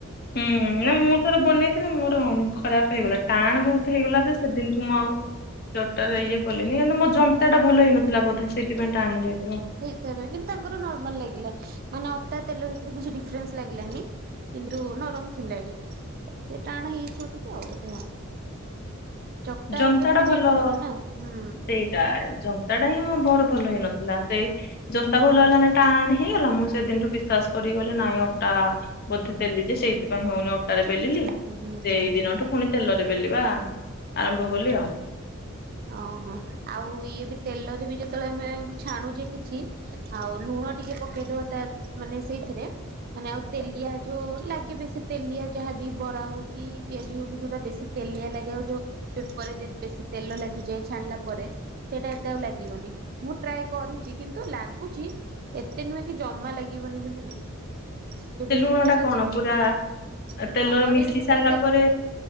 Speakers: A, on the left (about 45°); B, on the right (about 45°).
A: ହୁଁ। ନା ମୁଁ ଥର ବନେଇ ଥିଲି। ମୋର ଖରାପ୍ ହେଇନ? ଟାଣେ ବୋହୁତ୍ ହେଇଗଲା। ଯେ, ସେ ଦିନଠୁ ମୁଁ ଆଉ ଅଟାରେ
B: ହୁଁ
A: ଇଏ କଲିନି। କିନ୍ତୁ, ମୋ ଜନ୍ତା ଟା ଭଲ ହେଇ ନଥିଲା। ଥିଲା ବୋଧେ। ସେଥିପାଇଁ ଟାଣେ ହେଇ ଯାଇଥିବ।
B: ସେୟା ପା କିନ୍ତୁ, ତାଙ୍କର ନର୍ମାଲ୍ ଲାଗିଲା। ମାନେ ଅଟା ତେଲ ଭିତରେ କିଛି ଡିଫରେନ୍ସ ଲାଗିଲାନି। କିନ୍ତୁ, ନରମ ଥିଲା ବି। ସେ ଟାଣେ ହେଇଥିବ ଟିକେ ଆଉ। ବୋଧେ ଆଉ। ଚକଟା
A: ଜନ୍ତା
B: ଉପରେ
A: ଟା
B: ବି
A: ଭଲ।
B: ନିର୍ଭର ନା ହୁଁ
A: ସେଇଟା ଜ ନ୍ତା ହିଁ ମୋ ଭର୍ ଭଲ ହେଇ ନଥିଲା। ସେଇ ଜନ୍ତା ଭଲ ହେଲାନି ଟାଣେ ହେଇଗଲା ମୁଁ ସେ ଦିନଠୁ ବିଶ୍ଵାସ କରିକି କହିଲି ନାଇଁ ଅଟା ବୋଧେ ଦେଲି ଯେ, ସେଇଥିପାଇଁ ହୋଉନି ଅଟାରେ ବେଲିଲି
B: ହୁଁ
A: ସେଇ
B: ହୁଁ ହୁଁ।
A: ଦିନଠୁ ପୁଣି ତେଲରେ ବେଲିବା ଆରମ୍ଭ କଲି ଆଉ।
B: ଅଂହଁ। ଆଉ ଇଏ ବି ତେଲରେ ବି ଯେତେବେଳେ ଆମେ ଛାଣୁଛେ କିଛି। ଆଉ ଲୁଣ ଟିକେ ପକେଇ ଦବା ତା ମାନେ ସେଇଥିରେ। ମାନେ ଆଉ ତେଲିଆ ଯୋଉ ଲାଗେ ବେଶୀ ତେଲିଆ ଯାହାବି। ବରା ହଉ କି ପିଆଜି ହୋଉ କି ଯୋଉଟା ବେଶୀ ତେଲିଆ ଲଗେ। ଆଉ ଯୋଉ ପେବର୍ ରେ ଯେହେତୁ ବେଶୀ ତେଲ ଲା ଗି ଯାଏ ଛାଣିଲା ପରେ। ସେଇଟା ଏତେ ଆଉ ଲାଗିବନି। ମୁଁ ଟ୍ରାଏ କରିଛି କିନ୍ତୁ, ଲାଗୁଚି। ଏତେ ନୁହେଁ କି, ଜମା ଲାଗିବନି ବୋଲି ନାଇଁ। ଯୋଉ
A: ସେ
B: ବେଶୀ
A: ଲୁଣ
B: ତେଲ
A: ଟା କଣ
B: ଚିପ୍ ଚିପ୍ପା
A: ପୁରା ତେଲରେ
B: ହଁ କରେଇରେ
A: ମିଶି
B: ଯେତେବେଳେ
A: ସାରିଲା
B: ତେଲ
A: ପରେ